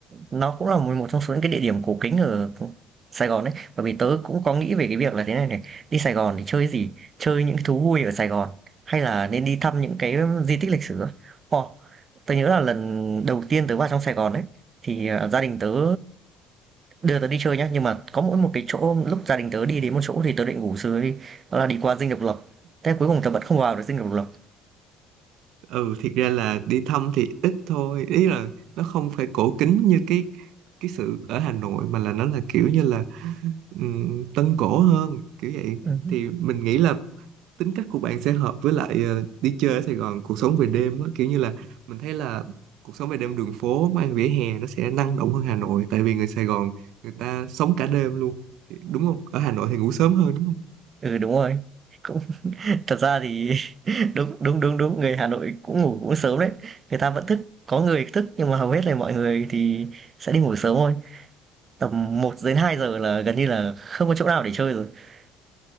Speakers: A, on the right (about 40°); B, on the right (about 70°).
A: nó cũng là một một trong số những cái địa điểm cổ kính ở Sài Gòn đấy Bởi vì tớ cũng có nghĩ về cái việc là thế này này, đi Sài Gòn thì chơi gì? Chơi những cái thú vui ở Sài Gòn hay là nên đi thăm những cái di tích lịch sử á? Ồ, tớ nhớ là lần đầu tiên tớ vào trong Sài Gòn đấy thì, à, gia đình tớ đưa tớ đi chơi nhá, nhưng mà có mỗi một cái chỗ lúc gia đình tớ đi đến một chỗ thì tớ định ngủ sớm đi, đó là đi qua Dinh Độc Lập. Thế cuối cùng tớ vẫn không vào được Dinh Độc Lập.
B: Ừ thiệt ra là đi thăm thì ít thôi, ý là nó không phải cổ kính như cái cái sự ở Hà Nội mà là nó là kiểu như là ừm, tân cổ hơn kiểu vậy
A: Ừm
B: thì mình nghĩ là tính cách của bạn sẽ hợp với lại ờ, đi chơi ở Sài Gòn cuộc sống về đêm á kiểu như là mình thấy là cuộc sống về đêm đường phố quán ăn vỉa hè nó sẽ năng động hơn Hà Nội tại vì người Sài Gòn người ta sống cả đêm luôn Thì- đúng không ở Hà Nội thì ngủ sớm hơn đúng không
A: Ừ, đúng rồi. Cũng <laughs> thật ra thì Đúng, đúng, đúng, đúng, người Hà Nội cũng ngủ cũng sớm đấy. Người ta vẫn thức, có người thức nhưng mà hầu hết là mọi người thì sẽ đi ngủ sớm thôi. Tầm một đến hai giờ là gần như là không có chỗ nào để chơi rồi. <laughs>